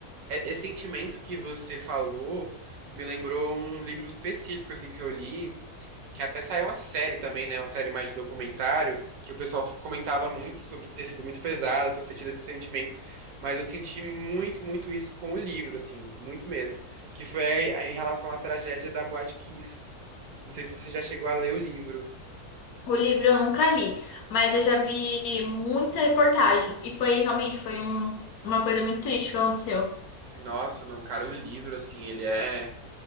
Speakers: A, on the right; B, on the left.
A: é- Esse sentimento que você falou me lembrou um livro específico, assim, que eu li, que até saiu uma série também, né? Uma série mais de documentário, que o pessoal comentava muito sobre ter sido muito pesada, sobre ter tido esse sentimento. Mas eu senti muito, muito isso com o livro, assim, muito mesmo. Que foi a- em relação à tragédia da Boate Kiss. Não sei se você já chegou a ler o livro.
B: O livro eu nunca li, mas eu já vi muita reportagem. E foi realmente, foi um- uma coisa muito triste que aconteceu.
A: Nossa, não, cara, o livro, assim, ele é.